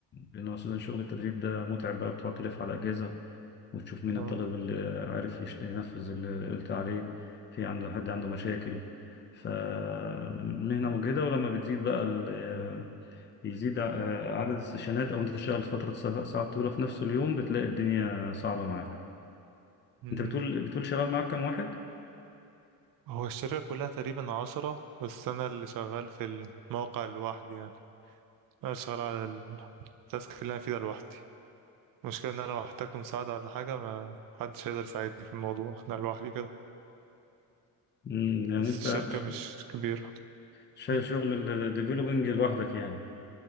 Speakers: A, on the left; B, on the right.
A: لأن هو أساسا شغل التدريب ده متعب بقى بتقعد تلف على أجهزة وتشوف مين
B: آه
A: الطالب اللي عارف يش- ينفذ اللي قلت عليه في عنده حد عنده مشاكل فمهنة مجهدة ولما بتزيد بقى ال- آه، يزيد ع- عدد السيشنات أو أنت تشتغل فترة سا- ساعة طويلة في نفس اليوم بتلاقي الدنيا صعبة معاك
B: أمم.
A: أنت بتقول بتقول شغال معاك كام واحد؟
B: هو الشركة كلها تقريبا عشرة بس أنا اللي شغال في الموقع لوحدي يعني أنا شغال على التاسك اللي أنا فيه ده لوحدي المشكلة إن أنا لو احتجت مساعدة ولا حاجة ما حدش هيقدر يساعدني في الموضوع أنا لوحدي كده
A: مم، يعني
B: بس
A: أنت
B: الشركة
A: ش-
B: مش كبيرة
A: شايل
B: م?
A: شغل الديفلوبينج لوحدك يعني